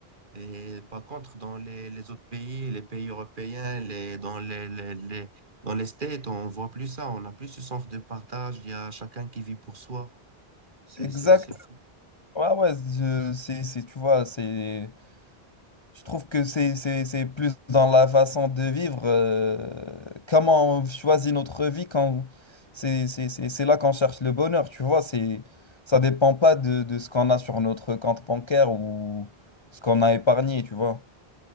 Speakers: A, on the right (about 55°); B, on the left (about 35°).
A: Et par contre, dans les, les autres pays, les pays européens, les, dans les, les, les- dans les States, on voit plus ça. On n'a plus ce sens de partage. Il y a chacun qui vit pour soi. C'est,
B: Exact.
A: c'est, c'est fou.
B: Ouais, ouais, je- c'est, c'est, tu vois, c'est... Je trouve que c'est c'est- c'est plus dans la façon de vivre, euh, comment on choisit notre vie quand c'est c'est- c'est- c'est là qu'on cherche le bonheur, tu vois, c'est ça dépend pas de, de ce qu'on a sur notre compte bancaire ou ce qu'on a épargné, tu vois.